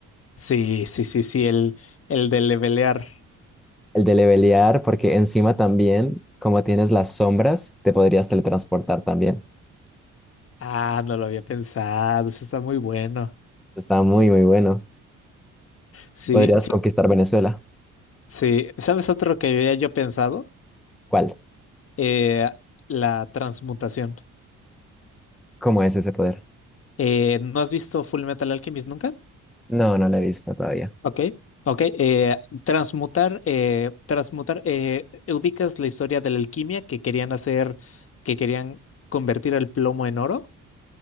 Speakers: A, on the left; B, in the centre.
A: Sí, sí, sí, sí, el, el de levelear.
B: El de levelear, porque encima también, como tienes las sombras, te podrías teletransportar también.
A: Ah, no lo había pensado, eso está muy bueno.
B: Está muy, muy bueno.
A: Sí,
B: Podrías conquistar Venezuela.
A: Sí, ¿sabes otro que había yo pensado?
B: ¿Cuál?
A: Eh, la transmutación.
B: ¿Cómo es ese poder?
A: Eh, ¿no has visto Full Metal Alchemist nunca?
B: No, no lo he visto todavía.
A: Ok, ok. eh, transmutar, eh, transmutar, eh, ¿ubicas la historia de la alquimia que querían hacer, que querían convertir el plomo en oro?